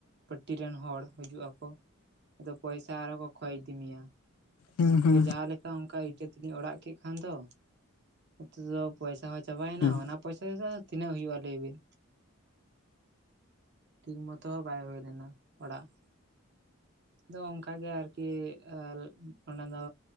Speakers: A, on the right; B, on the left.
A: ᱯᱟᱹᱴᱤ ᱨᱮᱱ ᱦᱚᱲ ᱦᱤᱡᱩᱜ ᱟᱠᱚ ᱟᱫᱚ ᱯᱚᱭ ᱛᱟ ᱟᱨᱦᱚ ᱠᱚ ᱠᱷᱚᱭ ᱤᱫᱤ ᱢᱮᱭᱟᱹ᱾
B: ᱦᱩᱸ ᱦᱩᱸ
A: ᱛᱚ ᱡᱟᱦᱟᱸ ᱞᱮᱠ ᱠᱟ ᱚᱱᱠᱟ ᱤᱴᱟᱹ ᱛᱮᱞᱤᱧ ᱚᱲᱟᱼᱜ ᱠᱮᱫ ᱠᱷᱟᱱ ᱫᱚ᱾ ᱱᱤᱛᱚᱜ ᱫᱚ ᱯᱚᱭᱥᱟᱹ ᱦᱚᱸ ᱪᱟᱵᱟᱭᱱᱼᱟ
B: ᱦᱩᱸ
A: ᱚᱱᱟᱹ ᱚᱱᱟ ᱯᱚᱭᱥᱟᱹ ᱛᱮᱫᱚ ᱟᱫᱚ ᱛᱤᱱᱟᱹᱜ ᱦᱩᱭᱩᱜᱼᱟᱹ ᱞᱟᱹᱭ ᱵᱤᱱᱹ᱾ ᱴᱷᱤᱠ ᱢᱚᱛᱚ ᱦᱚᱸ ᱵᱟᱭ ᱦᱩᱭ ᱞᱮᱱᱟᱹ ᱚᱲᱟᱼᱜ᱾ ᱟᱫᱚ ᱟᱚᱱᱠᱟ ᱠᱟᱜ ᱜᱮ ᱟᱨᱹᱠᱤ ᱟ ᱚᱱᱟᱹ ᱫᱚ